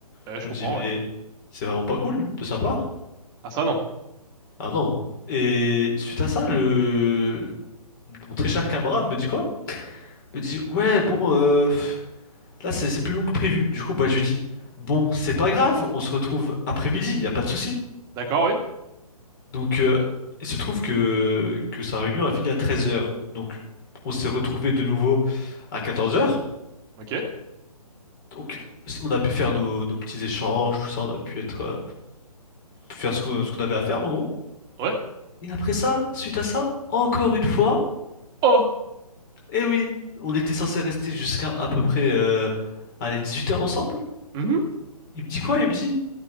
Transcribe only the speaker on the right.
Euh,
je
comprends,
ouais.
Ah ça non.
D'accord, oui.
Ok.
Ouais.
Oh.
Mhm.
Mhm.